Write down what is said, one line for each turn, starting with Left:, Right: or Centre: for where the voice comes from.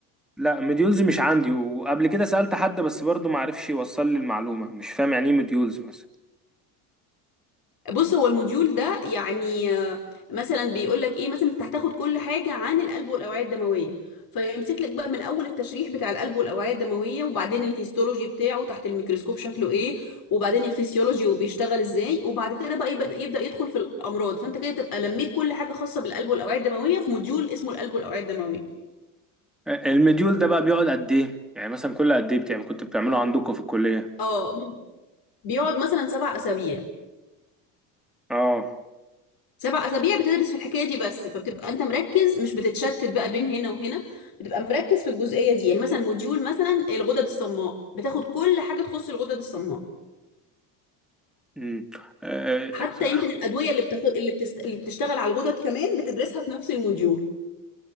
Centre: لا مديولز مش عندي وقبل كده سألت حد بس برضو معرفش يوصل لي المعلومة مش فاهم يعني إيه مديولز مثلا
Left: بص هو الموديول ده يعني آه، مثلا بيقول لك ايه مثلا انت هتاخد كل حاجه عن القلب والاوعيه الدمويه فيمسك لك بقى من اول التشريح بتاع القلب والاوعيه الدمويه وبعدين الهيستولوجي بتاعه تحت الميكروسكوب شكله ايه وبعدين الفسيولوجي وبيشتغل ازاي وبعد كده بقى يبقى- يبدا يدخل في الامراض فانت كده تبقى لميت كل حاجه خاصه بالقلب والاوعيه الدمويه في موديول اسمه القلب والاوعيه الدمويه
Centre: المديول ده بقى بيقعد قد إيه؟ يعني مثلا كل قد إيه بتعمل كنت بتعمله عندكم في الكلية؟
Left: اه بيقعد مثلا سبع اسابيع
Centre: اه
Left: سبع أسابيع بتدرس في الحكاية دي بس فبتبقى أنت مركز مش بتتشتت بقى بين هنا وهنا بتبقى مركز في الجزئية دي يعني مثلا موديول مثلا الغدد الصماء بتاخد كل حاجة تخص الغدد الصماء
Centre: امم اه
Left: حتى
Centre: آه،
Left: يمكن الأدوية اللي بتاخد اللي, بتست... اللي بتشتغل على الغدد كمان بتدرسها في نفس الموديول